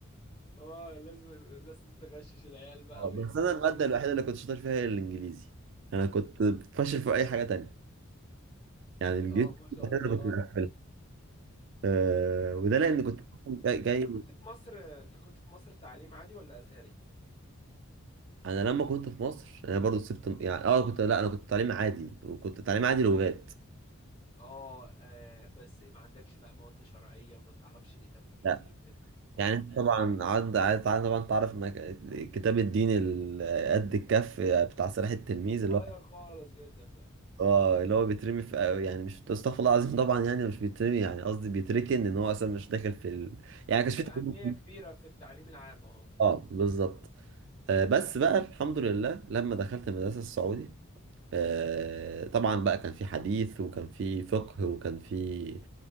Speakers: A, on the left; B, on the right.
A: اه لازم لازم تغشش العيال بقى
B: آه، بس
A: ويجوا
B: انا
A: لك
B: الماده
A: في كل
B: الوحيده
A: حاجة
B: اللي كنت شاطر فيها هي الانجليزي انا كنت فاشل في اي حاجه تانية يعني الانجليزي
A: اه ما شاء
B: انا
A: الله
B: كنت
A: اه
B: مقفلها أه وده لان كنت جاي, جاي
A: انت كنت في مصر انت كنت في مصر تعليم عادي ولا ازهري
B: انا لما كنت في مصر انا برضو سبت يعني اه كنت لا انا كنت تعليم عادي وكنت تعليم عادي لغات
A: اه آه، بس ما عندكش بقى مواد شرعية ما تعرفش ايه توحيد
B: لا
A: ايه فقه ايه
B: يعني
A: حديث
B: طبعا عاد عاد طبعا تعرف إنك الكتاب الديني ال- قد الكف بتاع صلاح التلميذ
A: صغير
B: اللي هو
A: خالص جدا ده
B: اه اللي هو بيترمي في آه، يعني مش استغفر الله العظيم طبعا يعني مش بيترمي يعني قصدي بيتركن ان هو اصلا مش داخل في ال... يعني
A: مش
B: كانش في تعليم
A: أهمية
B: دين.
A: كبيرة في التعليم العام اه
B: اه بالظبط آه بس بقى الحمد لله لما دخلت المدرسه السعودي آه طبعا بقى كان في حديث وكان في فقه وكان في